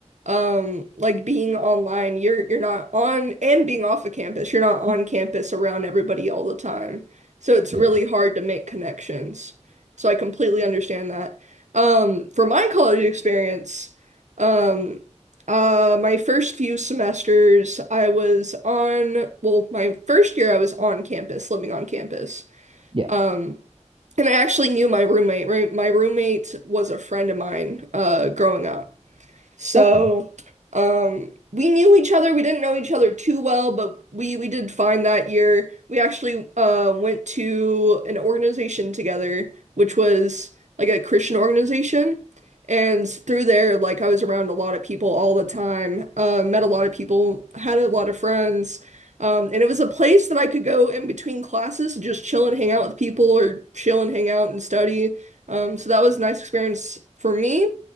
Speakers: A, on the right; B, on the right.
A: Um, like being online, you're you're not on and being off of campus, you're not on campus around everybody all the time. So it's
B: yeah.
A: really hard to make connections. So I completely understand that. Um, for my college experience, um, uh, my first few semesters, I was on, well, my first year I was on campus, living on campus.
B: Yeah.
A: Um, and I actually knew my roommate, right? My roommate was a friend of mine uh growing up. So,
B: Okay.
A: um, we knew each other. We didn't know each other too well, but we we did fine that year. We actually uh went to an organization together, which was like a Christian organization. And through there, like I was around a lot of people all the time, uh, met a lot of people, had a lot of friends. Um, and it was a place that I could go in between classes to just chill and hang out with people or chill and hang out and study. Um, so that was a nice experience for me